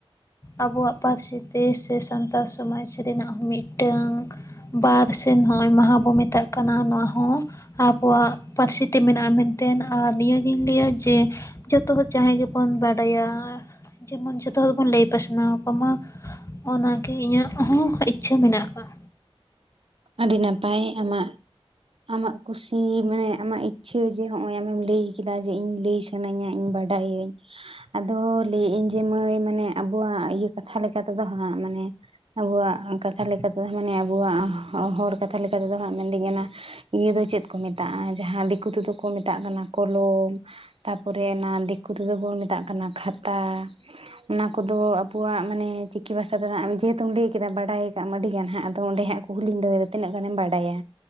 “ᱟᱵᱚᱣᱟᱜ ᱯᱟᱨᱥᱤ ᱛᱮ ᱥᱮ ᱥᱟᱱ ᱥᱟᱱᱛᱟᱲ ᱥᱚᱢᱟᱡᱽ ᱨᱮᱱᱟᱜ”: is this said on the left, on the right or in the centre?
Left